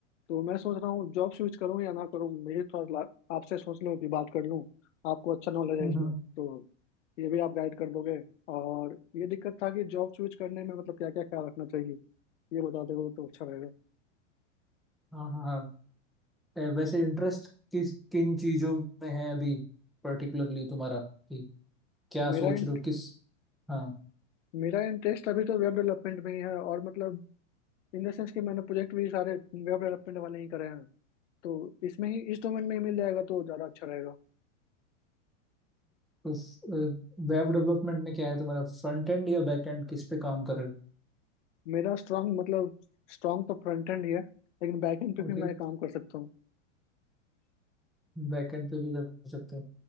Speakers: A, on the left; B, in the centre.
A: तो मैं सोच रहा हूँ जॉब स्विच करूँ या ना करूँ ये थोड़ा ला- आपसे सोच लूँ कि बात कर लूँ आपको अच्छा नॉलेज है
B: हम्म
A: इसमें
B: हम्म,
A: तो ये भी आप गाइड कर दोगे और ये दिक्कत था कि जॉब स्विच करने में मतलब क्या क्या ख्याल रखना चाहिए ये बता दोगे तो अच्छा रहेगा
B: हाँ हाँ हाँ ए, वैसे इंटरेस्ट किस किन चीजों में है अभी पर्टिकुलरली तुम्हारा कि क्या
A: मेरा
B: सोच
A: int-
B: रहे हो किस हाँ
A: मेरा इंटरेस्ट अभी तो वेब डेवलपमेंट में ही है और मतलब इन द सेंस कि मैंने प्रोजेक्ट भी सारे वेब डेवलपमेंट वाले ही करे हैं तो इसमें ही इस डोमेन में ही मिल जाएगा तो ज़्यादा अच्छा रहेगा
B: तो वेब डेवलपमेंट में क्या है तुम्हारा फ्रंट एंड या बैक एंड किस पे काम कर रहे
A: मेरा स्ट्रांग मतलब स्ट्रांग तो फ्रंट एंड ही है लेकिन बैक एंड पे
B: हो ओके
A: भी मैं काम कर सकता हूँ
B: बैक एंड पे भी कर सकते हो